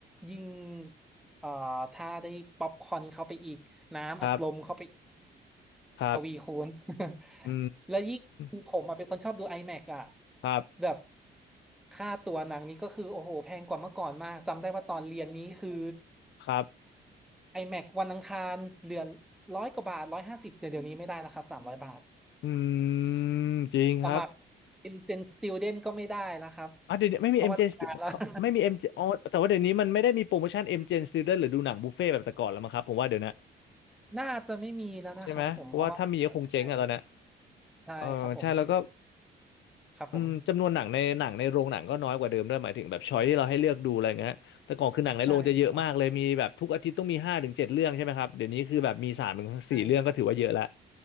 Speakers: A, in the centre; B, on the left (about 70°).
A: ยิ่งเอ่อถ้าได้ป๊อปคอร์นเข้าไปอีกน้ำอัดลมเข้าไปอีก
B: ครับครับ
A: ทวีคูณ <laughs>
B: อื
A: แล้วยิ่งผมอะเป็นคนชอบดู
B: ม
A: IMAX อแม็กซ์อ่ะ
B: ครับ
A: แบบค่าตัวหนังนี้ก็คือโอ้โหแพงกว่าเมื่อก่อนมากจำได้ว่าตอนเรียนนี้คือ
B: ครับ
A: IMAX วันอังคารเหลือร้อยกว่าบาทร้อยห้าสิบเดี๋ยวเดี๋ยวนี้ไม่ได้แล้วครับสามร้อยบาท
B: อืมจริงครับ
A: สมัคร Intern Student ก็ไม่ได้แล้วครับ
B: อ่ะเดี๋ยวนี้ไม่มี
A: เพราะว่าทำงานแล้ว
B: MGM Stu- เจเขาไม่มีเอ็ม
A: <laughs>
B: g m อ๋อแต่ว่าเดี๋ยวนี้มันไม่ได้มีโปรโมชั่น MGM Student หรือดูหนังบุฟเฟ่ต์แบบแต่ก่อนแล้วมั้งครับผมว่าเดี๋ยวนะ
A: น่าจะไม่มีแล้วนะครับผมเพราะว่าใช่
B: ใช่ไหมเพราะว่าถ้ามีก็คงเจ๊งอะตอนเนี้ย
A: ใช่ครับผม
B: เออใช่แล้วก็
A: ครับผม
B: อืมจำนวนหนังในหนังในโรงหนังก็น้อยกว่าเดิมด้วยหมายถึงแบบช้อยที่เราให้เลือกดูอะไรเงี้ยแต่ก่อนคือหนังในโรงจะเยอะมากเลยมีแบบทุกอาทิตย์ต้องมีห้าถึงเจ็ดเรื่องใช่ไหมครับเดี๋ยวนี้คือแบบมีสามถึงสี่เรื่องก็ถือว่าเยอะละ
A: ใช่ครับผมใช่ครับ